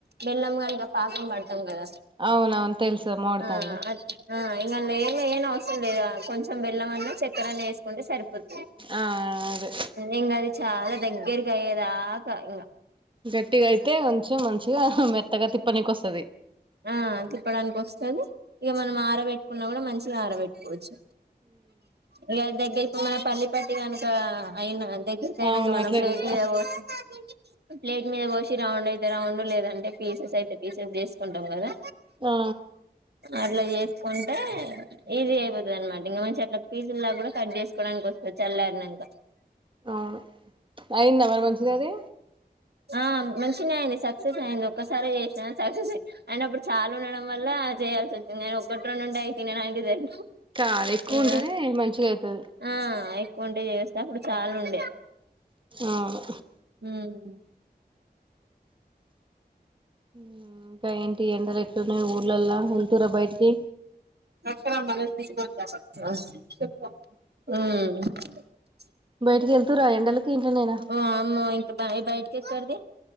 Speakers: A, on the right; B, on the right.
A: బెల్లం గానిక పాకం పడతాం కదా
B: అవునవును తెలుసు మామిడి
A: ఆ
B: తండ్రి
A: అ ఆ ఇంగ లెయనేయన అవసరం లేదు కొంచెం బెల్లమన్న చక్కరన్న ఎసుకుంటే సరిపోతది
B: ఆఆ అదే
A: ఇంగ అది చాలా దగ్గరకి అయ్యేదాకా ఇంగా
B: గట్టిగా అయితే కొంచెం మంచిగా మెత్తగా తిప్పనికి వస్తాది
A: ఆ తిప్పడానికి వస్తాది ఇక మనం ఆరబెట్టుకున్నా కూడా మంచిగా ఆరబెట్టుకోవచ్చు ఇగ దగ్గరికి మన పల్లి పట్టి కనుక అయిన దగ్గరికి అయినాక
B: అవును
A: మనం
B: అట్లనే
A: ప్లేట్
B: ఇగ
A: మీద పోసి ప్లేట్ మీద పోసి రౌండ్ అయితే రౌండ్ లేదంటే పీసెస్ అయితే పీసెస్ చేసుకుంటాం కదా
B: ఆ
A: అట్లా చేసుకుం టే ఈజీ అయిపోతది అనమాట ఇంకా మంచి అట్లా పీసులాగ కూడా కట్ చేసుకోవడానికి వస్తది చల్లారినంకా
B: అవును అయిందా మరి మంచిగా అది
A: ఆ మంచిగనే అయింది సక్సెస్ అయింది ఒక్కసారి చేసిన సక్సెస్ అయిన అప్పుడు చాలు ఉండడం వల్ల చేయాల్సివచ్చింది కానీ ఒకటి రెండు ఉంటే అయి తినడానికే సరి
B: కాదు ఎక్కువ
A: ఇంగ
B: ఉంటేనే మంచిగా అయితది
A: ఆ కుంటే చేస్తే అప్పుడు చాలా ఉండే
B: అవును
A: ఉమ్మ్
B: ఉమ్మ్ ఇంకా ఎం టి ఎండలు ఎట్లున్నాయి ఊర్లలా వెళ్తురా బయటికి
A: ఉమ్మ్
B: బయటికి ఎళ్తుర్రా ఎండలకి ఇంట్లోనేనా
A: వామ్మో ఇంకా బ బయటికి ఎక్కడది